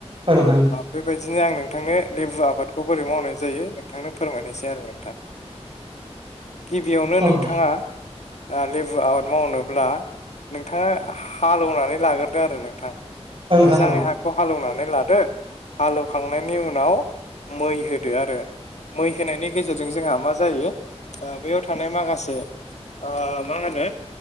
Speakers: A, on the right; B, on the left.
A: औ नोंथां
B: बेबायदिनो आं नोंथांनो लेबु आबादखौ बोरै मावनाय जायो नोंथांनो फोरमायनोसै आरो नोंथां।
A: <inaudible>
B: गिबियावनो
A: औ
B: नोंथाङा ओ लेबु आबाद मावनोब्ला नोंथाङा हाल एवनानै लाग्रोदो आरो नोंथां। मोजाङै
A: औ नोंथां औ
B: हाखौ हाल एवनानै लादो हाल एवखांनायनि उनाव मै होदो आरो मै होनायनि गेजेरजों जोंहा मा जायो ओ बैयाव थानाय माखासे ओ मा होनो